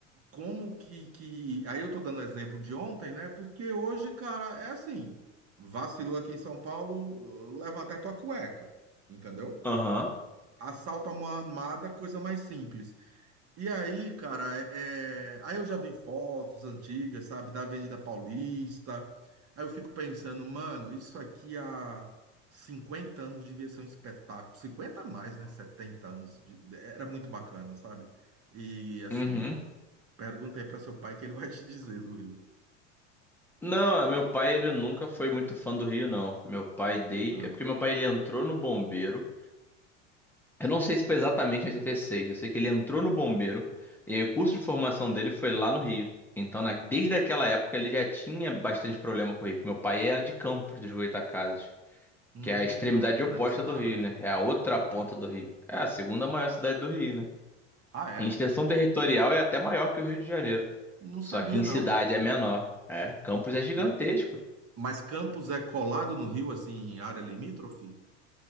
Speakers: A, on the right (about 40°); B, in the centre.
A: como que, que. Aí eu tô dando exemplo de ontem, né? Porque hoje, cara, é assim: vacilou aqui em São Paulo, eh, leva até tua cueca, entendeu?
B: aham,
A: Assalto a mão armada, coisa mais simples. E aí, cara, é... é- aí eu já vi fotos antigas, sabe, da Avenida Paulista. Aí eu fico pensando, mano, isso aqui há 50 anos devia ser um espetáculo. cinquenta a mais, né? setenta anos. de- Era muito bacana, sabe? E assim.
B: uhum.
A: Pergunta aí para seu pai que ele vai te dizer do Rio.
B: Não, é, meu pai, ele nunca foi muito fã do Rio, não. Meu pai, dei
A: Ah,
B: É porque meu pai, ele entrou no bombeiro. Eu não sei se foi exatamente em 86, eu sei que ele entrou no bombeiro. E aí o curso de formação dele foi lá no Rio. Então, na- desde aquela época, ele já tinha bastante problema com o Rio. Meu pai era de Campos, dos Goytacazes.
A: hum,
B: que é a extremidade
A: tá. Grande
B: oposta
A: cidade.
B: do Rio, né? É a outra
A: né?
B: ponta do Rio. É a segunda maior cidade do Rio, né?
A: Ah, é?
B: Em extensão territorial é até maior que o Rio de Janeiro.
A: Não sabia,
B: Só que em
A: não.
B: cidade é menor. É, Campos é gigantesco.
A: Ma- Mas Campos é colado no Rio, assim, em área limítrofe?